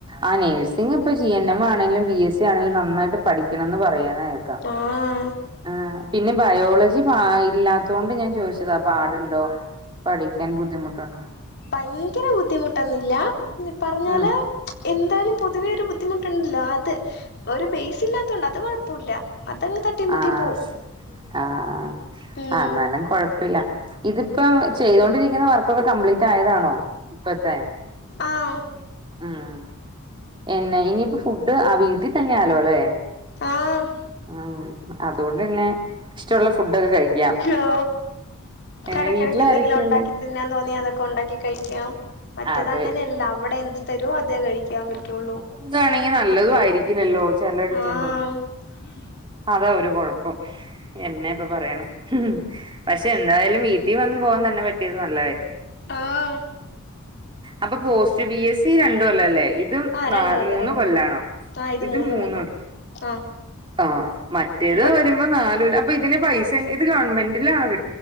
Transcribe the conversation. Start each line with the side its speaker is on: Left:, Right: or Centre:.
Right: ആ നഴ്സിംഗ് ഇപ്പ ജി എൻ എം ആണെലും ബി എസ് സി ആണെങ്കിലും നന്നായിട്ട് പഠിക്കണംന്ന് പറയാന കേക്കാം
Left: ആഹ്
Right: ആ പിന്നെ ബയോളജി പ ഇല്ലാത്ത കൊണ്ട് ഞാൻ ചോയിച്ച ഇതാ പാടുണ്ടോ പഠിക്കാൻ ബുദ്ധിമുട്ടുണ്ടോ
Left: പയ്ങ്കര ബുദ്ധിമുട്ടൊന്നില്ല പിന്നിപ്പറഞ്ഞാല്
Right: ഉം
Left: എന്തായാലും പൊതുവെ ഒരു ബുദ്ധിമുട്ടുണ്ടല്ലോ അത് ഒരു ബെയസ് ഇല്ലാതൊണ്ട അത്കൊഴ് പ്പല്ല അതങ്ങ് തട്ടിയും മുട്ടിയും
Right: ആഹ
Left: പോവും
Right: ആഹ
Left: ഉം
Right: അന്നാലും കൊഴപ്പില്ല ഇതിപ്പം ചെയ്തൊണ്ടിരിക്കുന്ന വർക്കൊക്കെ കംപ്ലീറ്റായതാണോ ഇപ്പഴത്തെ
Left: ആഹ്
Right: ഉം എന്ന ഇനിയിപ്പ ഫുഡ് ആ വീട്ടിൽ തന്നെ ആലോ ല്ലേ
Left: ആഹ്
Right: ആഹ് അതോണ്ട്ന്നെ ഇഷ്ടമുള്ള ഫുഡൊക്കെ കഴിക്കാം
Left: ഓ
Right: ഏ
Left: ഇടക്കിടക്ക്
Right: വീട്ടിലാരൊക്കെണ്ട്
Left: എന്തെങ്കിലും ഉണ്ടാക്കി തിന്നാൻ തോന്നിയ അതൊക്കെ ഒണ്ടാക്കി കഴിക്കാം മറ്റത്
Right: അതെ
Left: അങ്ങനെയല്ലല്ലോ അവിടെ എന്ത്‌ തര്വോ അതേ കഴിക്കാൻ പറ്റുള്ളൂ
Right: ജ്ജാണെങ്കി നല്ലതും ആയിരിക്കില്ലല്ലോ ചെലയിടത്തൊന്നും
Left: ആഹ് <inaudible>
Right: അതാ ഒരു കുഴപ്പം എന്നാ ഇപ്പൊ പറയണെ പക്ഷെ എന്തായാലും വീട്ടി വന്ന് പോകാൻ തന്നെ പറ്റിയത് നല്ല കാര്യം
Left: ആഹ്
Right: അപ്പൊ പോസ്റ്റ് ബി എസ് സി രണ്ടുകൊല്ലല്ലേ? ഇതും
Left: ആഹ്
Right: ന
Left: രണ്ട് കൊല്ലം
Right: മൂന്ന്
Left: രണ്ട്
Right: കൊല്ലാണോ
Left: കൊല്ലം ആഹ് ഇത്
Right: ഇതും മൂന്ന്
Left: കൊല്ലം ആഹ്
Right: ആഹ് മറ്റേത്
Left: ഇപ്പ
Right: വരുമ്പോ നാല് കൊല്ലം അപ്പൊ ഇതിന് പൈസ ഇത് ഗവൺമെന്റിലാണോ കി